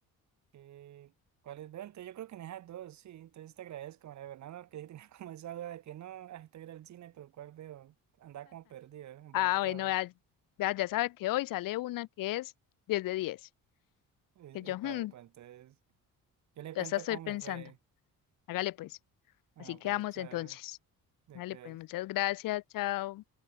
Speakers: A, on the right; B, on the left.
A: Eh, ¿cuáles veo? Entonces yo creo que en esas dos, sí. Entonces te agradezco, María Fernanda, porque yo tenía <laughs> como esa duda de que no, ah, estoy ir al cine, pero ¿cuál veo? Andaba como perdido, embolatado.
B: Ah, bueno, ya, ya, ya sabe que hoy sale una que es 10 de 10
A: es
B: que
A: Epa,
B: yo hmm,
A: epa, entonces yo le
B: ya
A: cuento
B: hasta estoy
A: cómo
B: pensando.
A: me fue.
B: Hágale pues,
A: Bueno,
B: así quedamos
A: pues chao,
B: entonces.
A: te
B: Hágale
A: cuidas.
B: pues, muchas gracias, chao.